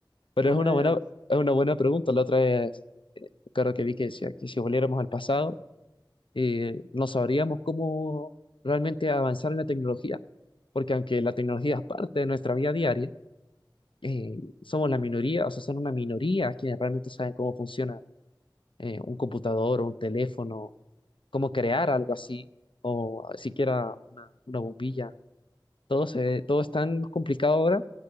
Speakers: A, on the left; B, on the right.
A: Pero
B: Una
A: es una buena,
B: de dos.
A: es una buena pregunta. La otra es, claro que vi que decía que si volviéramos al pasado, eh, no sabríamos cómo realmente avanzar en la tecnología. Porque aunque la tecnología es parte de nuestra vida diaria, eh, somos la minoría, o sea, son una minoría quienes realmente saben cómo funciona eh, un computador o un teléfono cómo crear algo así, o siquiera una, una bombilla. Todo se, todo es tan complicado ahora